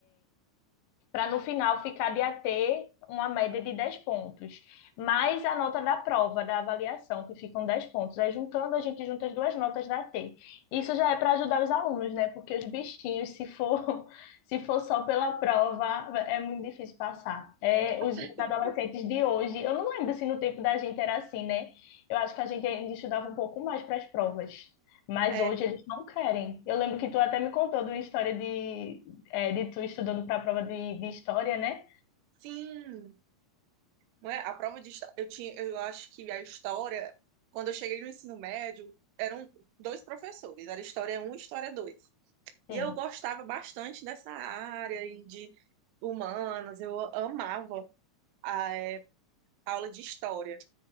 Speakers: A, on the left; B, on the right.
A: para no final ficar de AT uma média de 10 pontos, mais a nota da prova, da avaliação, que ficam 10 pontos. Aí juntando, a gente junta as duas notas da AT. Isso já é para ajudar os alunos, né? Porque os bichinhos, se for, <laughs> se for só pela prova, é muito difícil passar. É,
B: <laughs>
A: os, os adolescentes de hoje, eu não lembro se no tempo da gente era assim, né? Eu acho que a gente ainda estudava um pouco mais para as provas. Mas
B: É,
A: hoje eles não querem. Eu lembro que tu até me contou de uma história de, é, de tu estudando para a prova de, de história, né?
B: sim, não é? A prova de história, eu tinha, eu acho que a história, quando eu cheguei no ensino médio, eram dois professores, era história 1 e história 2. E
A: Sim.
B: eu gostava bastante dessa área e de humanas, eu amava a é, aula de história.